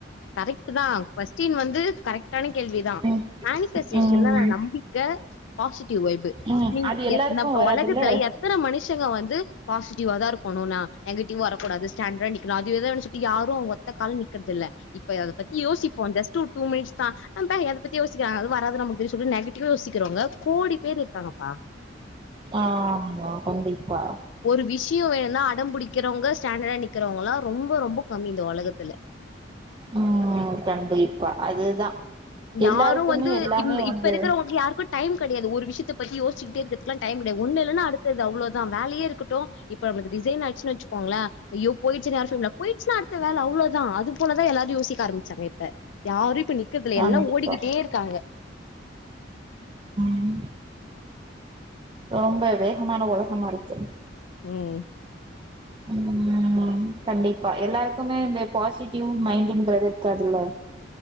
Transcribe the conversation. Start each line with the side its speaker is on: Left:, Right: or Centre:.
Left: கரெக்டு தா கொஸ்டின் வந்து கரெக்டான கேள்விதா
Right: ம்
Left: மேனிபஸ்டேஷன்
Right: ம்
Left: என்னா நம்பிக்க பாசிட்டிவ் வைய்பு
Right: ம்
Left: நீ
Right: அது எல்லாருக்கு
Left: நம்
Right: வராதுல்ல
Left: ஒலகத்துல எத்தன மனுஷங்க வந்து பாசிட்டிவா தா இருக்கோ <unintelligible> நெகட்டிவ் வரக்கடாது ஸ்டேன்டடா நிக்கனு அதுவேதா நெனசிட்டு யாரு அவ கால நிக்கறதில்ல இப்ப அத பத்தியோசிப்போ ஜஸ்ட் ஒரு டூ மினிட்ஸ் தா அதபத்தி யோசிக்க வேணா அது வாராது நமக்கு இது மாரி சொல்லி நெகட்டிவா யோசிக்கிறாங்க கோடி பேர் இருக்காங்கப்பா
Right: ஆமா கண்டிப்பா
Left: ஒரு விஷயோ வேணுனா அடம் பிடிக்கிறவங்க ஸ்டாண்டடா நிக்கறவங்களா ரொம்ப ரொம்ப கம்மி இந்த ஒலகத்துல
Right: அ கண்டிப்பா அதுதா
Left: யாரு
Right: எல்லாருக்குமே
Left: வந்து
Right: எல்லாமே
Left: இப்ப
Right: வந்து
Left: இருக்கிறவங்களுக்கு யாருக்கு டைம் கெடையாது ஒரு விஷயத்த பத்தி யோச்சிக்கிட்டே இரு த்து டைம் கெடையாது ஒண்ணு இல்லனா அடுத்தது அவ்ளோதா வேலையே இருக்கட்டு இப்ப நமக்கு ரிசைன் ஆயிருச்சுனா வெச்சுக்கோங்களே ஐயோ போயிடுச்சுனு யாரு சொல்லமாட் போயிடுச்சுனா அடுத்த வேல அவ் அவ்ளோதா அது போலதா எல்லாரு யோசிக்க ஆரம்பிச்சாங்க இப்ப யாரு இப்ப நிக்
Right: கண்டிப்பா
Left: எல்லா ஓடிக்கிட்டே இருக்காங்க
Right: ம் ரொம்ப வேகமான உலகமா இருக்கு
Left: ம்
Right: ம் கண்டிப்பா எல்லாருக்குமே இந்த பாசிட்டிவ் மைண்டிங்கிறது இருக்காதுல்ல